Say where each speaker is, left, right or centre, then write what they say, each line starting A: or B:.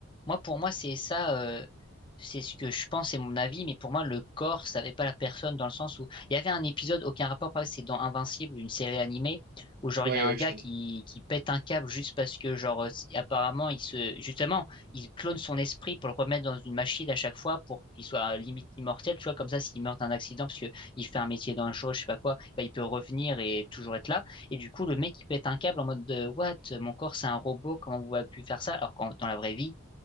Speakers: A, on the left; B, on the right.
A: Moi, pour moi, c'est ça, euh, c'est ce que je pense, c'est mon avis, mais pour moi, le corps, ça savait pas la personne dans le sens où il y avait un épisode, aucun rapport, pareil, c'est dans Invincible, une série animée, où genre,
B: Ouais,
A: il y a
B: ouais,
A: un gars
B: je connais.
A: qui, qui pète un câble juste parce que, genre, euh, c'est- apparemment, il se, justement, il clone son esprit pour le remettre dans une machine à chaque fois pour qu'il soit euh, limite immortel, tu vois, comme ça, s'il meurt d'un accident, parce que il fait un métier dangereux, je sais pas quoi, bah, il peut revenir et toujours être là. Et du coup, le mec, il pète un câble en mode de, What? Mon corps, c'est un robot, comment vous avez pu faire ça? Alors qu'en, dans la vraie vie,